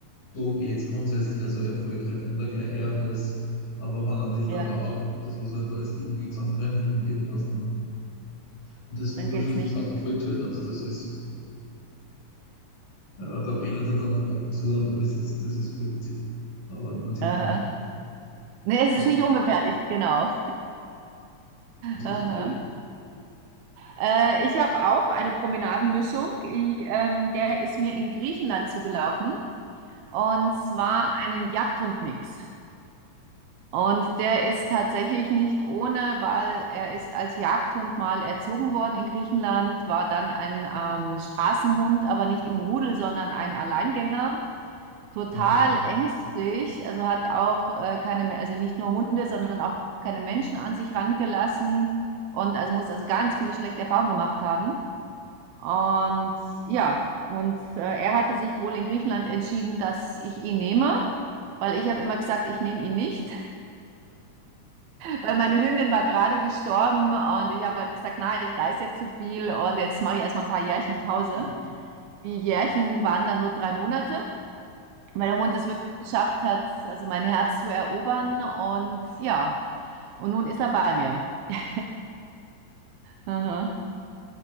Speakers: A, on the left; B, on the right.
A: So geht es grundsätzlich, also Erfolg, der kommt da gleich her und alles. Aber wenn man sich dann
B: Ja,
A: auch das, was er da ist, irgendwie zusammentreiben will mit irgendwas, dann. Und das Komische
B: dann geht's
A: ist,
B: nicht.
A: das hat er vollgehalten hat. Das ist, äh, da rennt er dann drauf zu und alles, das, das ist voll witzig. Aber natürlich
B: Aha.
A: nicht ganz.
B: Nee, es
A: Was,
B: ist nicht ungefährlich, genau.
A: was
B: Aha.
A: ist denn?
B: Äh, ich habe auch eine Promenadenmischung. Ich, ähm, der ist mir in Griechenland zugelaufen. Und zwar einen Jagdhundmix. Und der ist tatsächlich nicht ohne, weil er ist als Jagdhund mal erzogen worden in Griechenland, war dann ein ähm, Straßenhund, aber nicht im Rudel, sondern ein Alleingänger. Total
A: Okay.
B: ängstlich, also hat auch äh, keine, Me- also nicht nur Hunde, sondern auch keine Menschen an sich rangelassen und also muss also ganz viele schlechte Erfahrungen gemacht haben. Und ja, und äh, er hatte sich wohl in Griechenland entschieden, dass ich ihn nehme, weil ich habe immer gesagt, ich nehme ihn nicht. Weil meine Hündin war gerade gestorben und ich habe halt gesagt, na, ich reise jetzt zu viel und jetzt mache ich erstmal ein paar Jährchen Pause.
A: Mhm.
B: Die Jährchen waren dann nur drei Monate, weil der Hund es wirklich geschafft hat, also mein Herz zu erobern und ja, und nun ist er bei mir. <laughs> Aha.